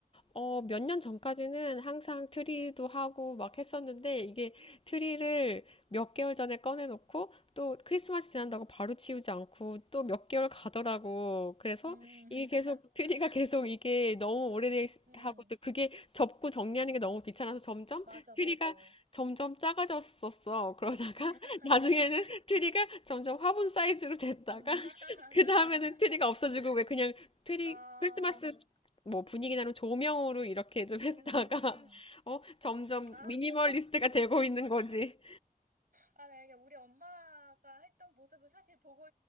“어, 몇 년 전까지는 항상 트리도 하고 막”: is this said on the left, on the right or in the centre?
Left